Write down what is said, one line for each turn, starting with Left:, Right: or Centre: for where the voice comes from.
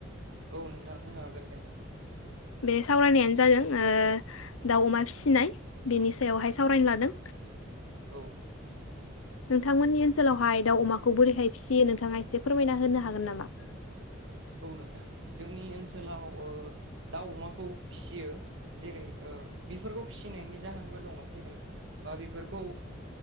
Right: औ नोंथां होनो हागोन दे
Left: बे सावरायनायानो जादों ओ दाउ अमा फिसिनाय बेनि सायावहाय सावरायनो लादों
Right: औ
Left: नोंथांमोननि ओनसोलावहाय दाउ अमाखौ बोरैहाय फिसियो नोंथाङा एसे फोरमायना होनो हागोन नामा
Right: औ नोंथां जोंनि ओनसोलाव ओ दाउ अमाखौ फिसियो जेरै ओ बेफोरखौ फिसिनायनि जाहोनबो दङ जेरै बा बेफोरखौ